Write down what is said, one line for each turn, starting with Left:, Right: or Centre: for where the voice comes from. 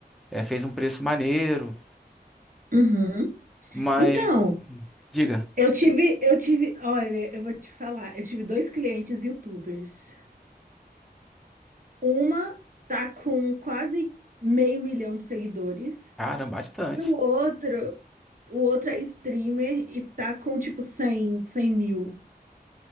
Centre: é, fez um preço maneiro,
Right: uhum.
Centre: mas
Right: Então,
Centre: diga.
Right: eu tive, eu tive, olha, eu vou te falar, eu tive dois clientes YouTubers. Uma tá com quase meio milhão de seguidores
Centre: Caramba, bastante.
Right: e o outro, o outro é streamer e tá com tipo cem cem mil.